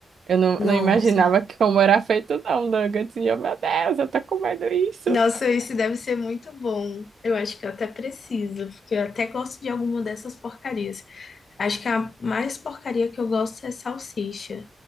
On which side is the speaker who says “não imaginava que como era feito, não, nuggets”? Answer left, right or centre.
Right